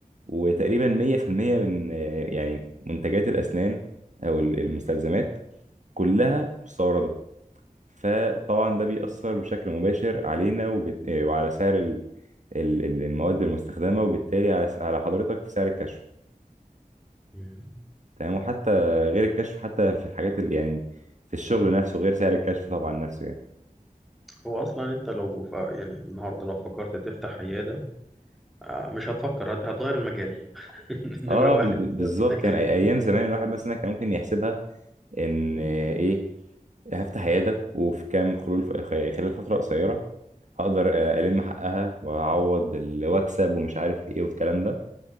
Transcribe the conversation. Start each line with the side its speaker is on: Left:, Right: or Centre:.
Right: وتقريبا 100% من آه، يعني منتجات الأسنان أو ال- المستلزمات كلها مستوردة فطبعا ده بيأثر بشكل مباشر علينا وبت... آه، وعلى سعر ال... ال... ال- المواد المستخدمة وبالتالي على س- على حضرتك في سعر الكشف
Centre: مهم.
Right: تمام وحتى غير الكشف حتى في الحاجات اللي يعني في الشغل نفسه غير سعر الكشف طبعا نفسه يعني
Centre: هو أصلا أنت لو ف... يعني النهاردة لو فكرت تفتح عيادة آه، مش هتفكر هت- هتغير المجال <laughs> نمرة
Right: اه
Centre: واحد
Right: بز-
Centre: بسبب
Right: بالظبط
Centre: التكاليف
Right: يعني أي- ايام زمان الواحد مثلا كان ممكن يحسبها ان
Centre: مم.
Right: آه، ايه هفتح عيادة وفي كام خلول في- خلال فترة قصيرة هقدر آه، ألم حقها وأعوض ال- وأكسب ومش عارف إيه والكلام ده